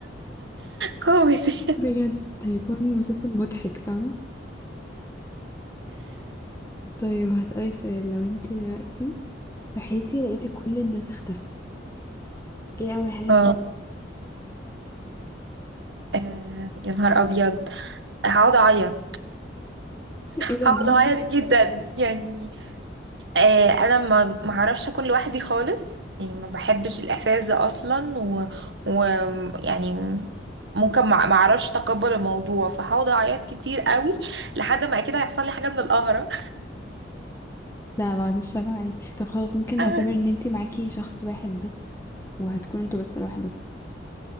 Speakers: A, on the right; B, on the left.
A: <laughs> كوميدي
B: بجد هيكون مسلسل مضحك فاهمة طيب هسألك سؤال لو انتي دلوقتي صحيتي لقيتي كل الناس اختفت ايه أول حاجة
A: اه
B: هتعملي؟
A: آه، يا نهار ابيض هقعد اعيط
B: ايه ده
A: هقعد
B: ليه؟
A: اعيط جدا يعني آه، انا ما ما اعرفش اكون لوحدي خالص يعني ما بحبش الاحساس ده اصلا و, و يعني ممكن ما ما اعرفش اتقبل الموضوع فهقعد اعيط كتير قوي لحد ما اكيد هيحصل لي حاجه من القهره
B: لا بعد الشر عليك طب خلاص ممكن
A: <laughs>
B: نعتبر ان انتي معاكي شخص واحد بس وهتكونوا انتوا بس لوحدكم